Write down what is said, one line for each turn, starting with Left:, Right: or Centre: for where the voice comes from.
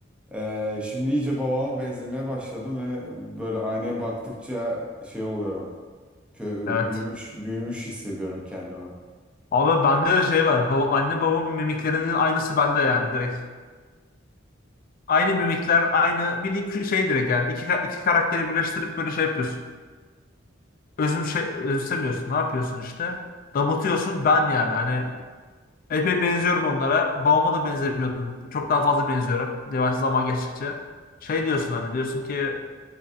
Centre: Ee, şimdi iyice babama benzemeye başladım ve böyle aynaya baktıkça şey oluyorum. Kö-
Left: Evet.
Centre: büyümüş büyümüş hissediyorum kendimi.
Left: Ama bende de şey var. Baba, anne babamın mimiklerinin aynısı bende yani direkt. Aynı mimikler aynı bildiğin kü- şey direkt yani. İki, ka- iki karakteri birleştirip böyle şey yapıyorsun. Özüm şey, özümsemiyorsun. Ne yapıyorsun işte? Damıtıyorsun ben yani hani epey benziyorum onlara. Babama da benzemiyordum. Çok daha fazla benziyorum. Yavaş zaman geçtikçe. Şey diyorsun hani diyorsun ki